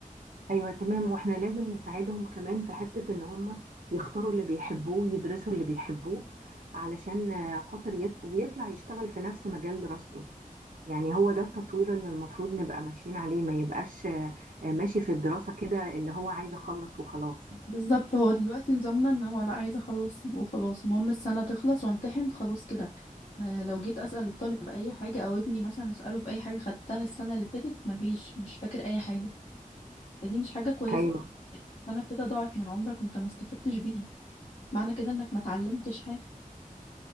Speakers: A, on the right (about 70°); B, on the left (about 45°).
A: ايوه تمام واحنا لازم نساعدهم كمان في حتة ان هم يختاروا اللي بيحبوه يدرسوا اللي بيحبوه علشان آه، خاطر يط... ويطلع يشتغل في نفس مجال دراسته يعني هو ده التطوير اللي المفروض نبقى ماشيين عليه ما يبقاش آه، آه، ماشي في الدراسة كده اللي هو عايز اخلص وخلاص
B: بالظبط هو دلوقتي نظامنا ان هو انا عايزه اخلص وخلاص المهم السنه تخلص وامتحن خلاص كده آه، لو جيت اسال الطالب في اي حاجه او ابني مثلا اساله في اي حاجه خدتها السنه اللي فاتت مفيش مش فاكر اي حاجه دي مش حاجة كويسة
A: ايوه
B: انا كده ضاعت من عمرك وانت ما استفدتش بيها معنى كده انك ما اتعلمتش حاجة